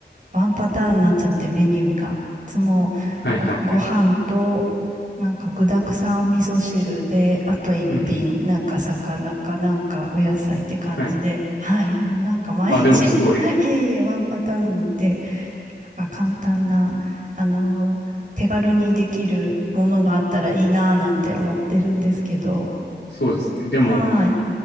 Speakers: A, on the right; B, on the left.
A: ワンパターンになっちゃってメニューが。いつもご飯、
B: はいはいはい。
A: ご飯と、なんか具沢山味噌汁で、あと一品、
B: うんうん。
A: なんか魚かなんかお野菜って感じで、
B: はい。
A: はい。もうなんか毎日、
B: あ、でもすごい、
A: <laughs> はい。いえいえ、ワンパターンで、なんか簡単な、あの手軽にできるものがあったらいいなぁなんて思ってるんですけど、
B: そうですね。でも、
A: はい。